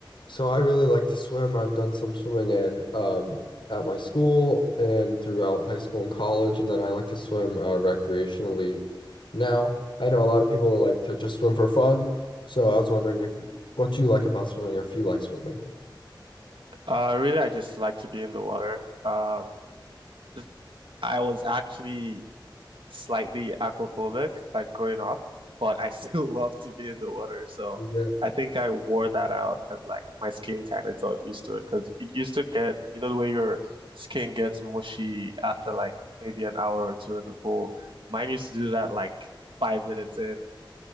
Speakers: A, on the left; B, on the right.
A: So I really like to swim. I've done some swimming in um, at my school and throughout high school and college, and then I like to swim uh, recreationally now. I know a lot of people like to just swim for fun, so I was wondering if you, what you like about swimming or if you like swimming.
B: Uh, really, I just like to be in the water. Um, just- I was actually slightly aquaphobic, like growing up, but I still <laughs> love to be in the water. So
A: Yeah.
B: I think I wore that out, and like my skin kind of got used to it because it used to get, you know, the way your skin gets mushy after like maybe an hour or two in the pool. Mine used to do that like five minutes in,